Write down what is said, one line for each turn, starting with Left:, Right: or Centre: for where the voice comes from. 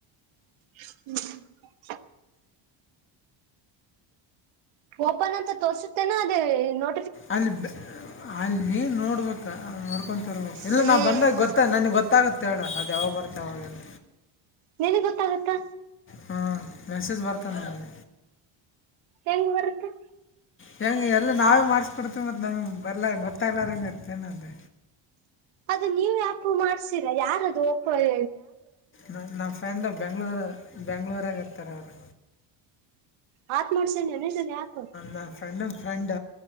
Right: ಹೂ ಓಪನ್ ಅಂತ ತೋರ್ಸುತ್ತೇನ ಅದೇ ನೋ
Left: ಅಲ್ಲಿ ಅಲ್ಲಿ ನೀನ್ ನೋಡ್ಬೇಕ ನೋಡ್ಕೊಂತತಿರ್ ಇಲ್ಲ
Right: ಹ್ಮ್
Left: ನಾ ಬಂದಾಗ ಗೊತ್ತ ನನ್ಗ್ ಗೊತ್ತಾಗುತ್ತೆ ಹೇಳ ಅದು ಯಾವಾಗ ಬರುತ್ತೆ ಯಾವಾಗೆಲ್ಲ
Right: ನಿನ್ಗ್ ಗೊತ್ತಾಗತ್ತಾ
Left: ಹಾಂ ಮೆಸೇಜ್ ಬರ್ತದೆ ನನಗೆ
Right: ಹೆಂಗ್ ಬರುತ್ತೆ
Left: ಹೆಂಗ ಎಲ್ಲ ನಾವೇ ಮಾಡ್ಿಸಬಿಡ್ತೀವಿ ಮ ನಮಗೆ ಬರ್ಲ್ಲ ಗೊತ್ತಾಗ್ಲಾರಂಗಗೆ ಏನ ಅಂದ
Right: ಅದು ನೀವು ಯಾಪು ಮಾಡ್ಸೀರಾ ಯಾರದು ಪಯ
Left: ನಮ್ಮ ಫ್ರೆಂಡ್ ಬೆಂಗ್ಳೂರು ಬೆಂಗ್ಳೂರಾಗ ಇರ್ತಾರೆ ಅವರು
Right: ಆತ್ ಮಾಡ್ಸೇನೆನ್ದನೆ ಹಾಕು
Left: ನನ್ನ ಫ್ರೆಂಡ ಫ್ರೆಂಡ